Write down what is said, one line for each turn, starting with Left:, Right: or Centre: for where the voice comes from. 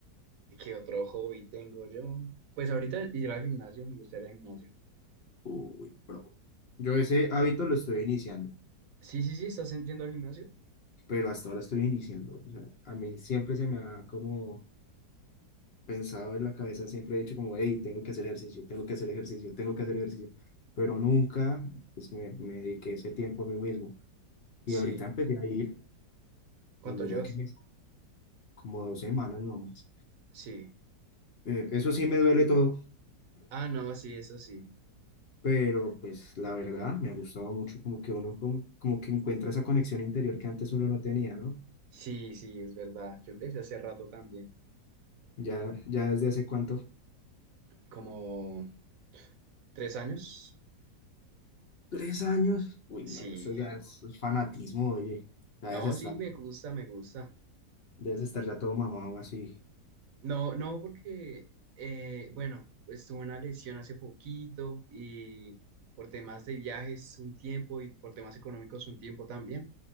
Right: ¿Qué otro hobby tengo yo? Pues ahorita ir al gimnasio, me gusta ir al gimnasio.
Left: Uy, bro. Yo ese hábito lo estoy iniciando,
Right: Sí, sí, sí, ¿estás yendo al gimnasio?
Left: pero hasta ahora estoy iniciando. O sea, a mí siempre se me ha como, pensado en la cabeza, siempre he dicho como, hey, tengo que hacer ejercicio, tengo que hacer ejercicio, tengo que hacer ejercicio, pero nunca pues, me, me dediqué ese tiempo a mí mismo. Y
Right: Sí.
Left: ahorita empecé a ir
Right: ¿Cuánto
Left: y mira
Right: llevas?
Left: que me, como dos semanas nomás.
Right: Sí.
Left: Eh, eso sí me duele todo,
Right: Ah, no, sí, eso sí.
Left: pero pues la verdad me ha gustado mucho como que uno como, como que encuentra esa conexión interior que antes uno no tenía, ¿no?
Right: Sí, sí, es verdad. Yo empecé hace rato también.
Left: Ya, ya desde hace cuánto,
Right: ¿Como tres años?
Left: tres años, uy,
Right: Sí.
Left: no, eso ya es fanatismo, oye, ya
Right: No,
Left: debes estar,
Right: sí, me gusta, me gusta.
Left: debes estar ya todo mamado así.
Right: No, no, porque, eh, bueno, pues tuve una lesión hace poquito y por temas de viajes un tiempo y por temas económicos un tiempo también.